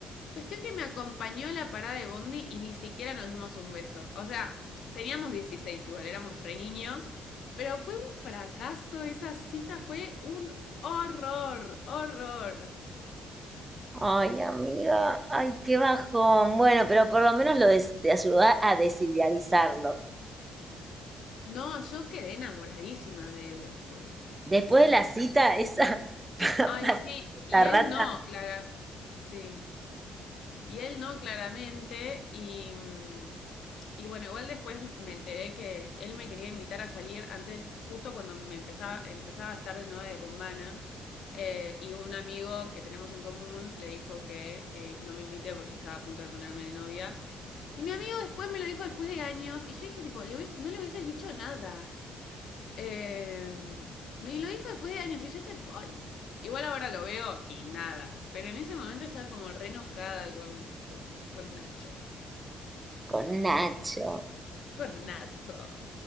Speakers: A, on the left; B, on the right.
A: Cuestión que me acompañó a la parada de Bondi y ni siquiera nos dimos un beso. O sea, teníamos 16 igual, éramos re niños, pero fue un fracaso esa cita, fue un horror, horror.
B: Ay, amiga, ay, qué bajón. Bueno, pero por lo menos lo des- te ayuda a desidealizarlo.
A: No, yo quedé enamoradísima de él después.
B: Después de la cita, esa <laughs>
A: Ay,
B: patética
A: sí, y
B: rata
A: él no, Clara. Sí, Y él no, claramente. Y, mm, y bueno, igual después me enteré que él me quería invitar a salir antes, justo cuando me empezaba, empezaba a estar desnuda con Mana. eh, y un amigo que tenemos en común le dijo que eh, no me invité porque estaba a punto de ponerme de novia. Y mi amigo después me lo dijo después de años. Y yo dije, tipo, le hubies- no le hubieses dicho nada. Eh, me lo dijo después de años y yo estaba tipo, ay, igual ahora lo veo y nada. Pero en ese momento estaba como re enojada con, con, con Nacho.
B: con Nacho.
A: Con Nacho.